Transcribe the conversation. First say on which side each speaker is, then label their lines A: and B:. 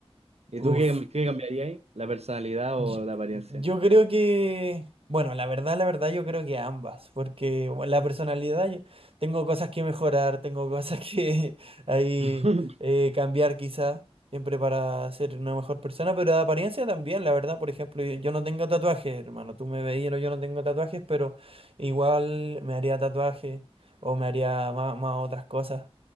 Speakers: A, on the right; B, on the right.
A: ¿Y
B: Uf.
A: tú qué, cam- qué cambiaría ahí? ¿La personalidad
B: Yo
A: o la apariencia?
B: yo creo que, bueno, la verdad, la verdad, yo creo que ambas, porque bueno, la personalidad, yo- tengo cosas que mejorar, tengo cosas que <laughs> ahí
A: <laughs>
B: eh, cambiar quizá, siempre para ser una mejor persona, pero de apariencia también, la verdad, por ejemplo, yo, yo no tengo tatuajes, hermano, tú me veías, no, yo no tengo tatuajes, pero igual me haría tatuajes o me haría más, más otras cosas,